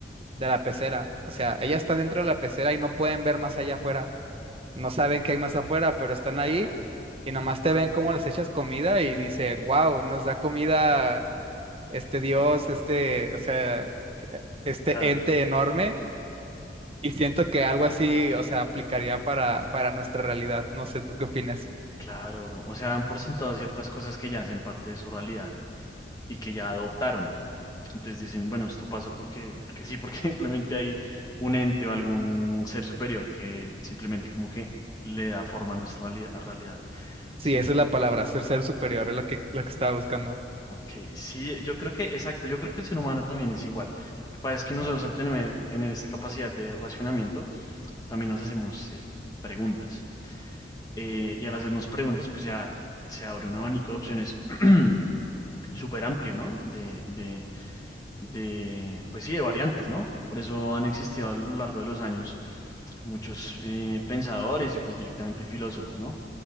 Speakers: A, on the right; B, on the left.
A: de la pecera. O sea, ellas están dentro de la pecera y no pueden ver más allá afuera. No saben qué hay más afuera, pero están
B: claro,
A: ahí y nomás te ven cómo les echas comida y dicen, wow, nos da comida este dios, este, o sea, que- este
B: claro,
A: ente enorme, y siento que algo así, o sea, aplicaría para, para nuestra realidad. No sé, ¿tú qué opinas?
B: claro, bro. O sea, dan por sentado ciertas cosas que ya hacen parte de su realidad y que ya adoptaron. Entonces dicen, bueno, esto pasa porque, porque sí, porque <laughs> simplemente hay un ente o algún ser superior que simplemente como que le da forma a nuestra reali- a realidad.
A: Sí,
B: Sí,
A: esa
B: yo-
A: es la palabra, ser ser superior, es lo que, lo que estaba buscando.
B: Ok, sí, yo creo que, exacto, yo creo que el ser humano también es igual. Lo que pasa es que nosotros al tener, tener esta capacidad de racionamiento, también nos hacemos eh, preguntas. Eh, y al hacernos preguntas, pues ya se abre un abanico de opciones <clears throat> súper amplio, ¿no? De, de, de, pues sí, de variantes, ¿no? Por eso han existido a lo largo de los años muchos eh, pensadores y pues directamente filósofos, ¿no?